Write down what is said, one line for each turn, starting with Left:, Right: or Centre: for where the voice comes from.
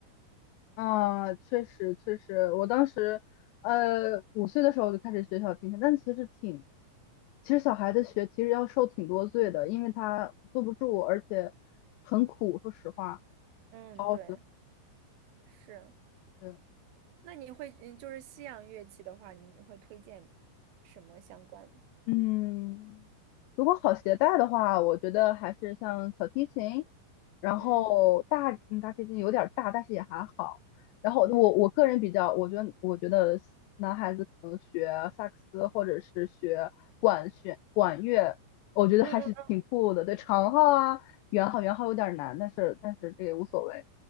Left: 啊，确实确实，我当时呃五岁的时候就开始学小提琴，但其实挺。其实小孩子学其实要受挺多罪的，因为他坐不住，而且很苦。说实话，
Right: <laughs> 嗯，
Left: 好好学，
Right: 对，是。
Left: 对，
Right: 那你会嗯，就是西洋乐器的话，你会推荐什么相关？
Left: 嗯，如果好携带的话，我觉得还是像小提琴，然后大，
Right: 嗯
Left: 嗯，大提琴有点儿大，但是也还好。然后我我个人比较，
Right: 嗯
Left: 我觉得我觉得男孩子可能学萨克斯或者是学管弦管乐，我觉得还是挺酷的。
Right: 嗯嗯
Left: 对，长号啊，圆号，圆号有点儿难，但是但是这也无所谓。